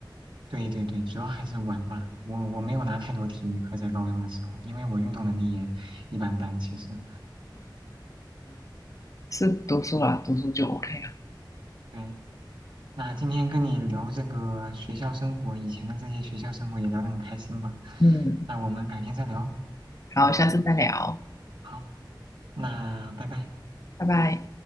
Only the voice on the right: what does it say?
对对对，主要还是玩吧。我我没有拿太多体育课在高中的时候，因为我运动能力也一般般。其实，
对，那今天跟你聊这个学校生活，以前的这些学校生活也聊得很开心吧。
那我们改天再聊。
嗯，
好，那拜拜。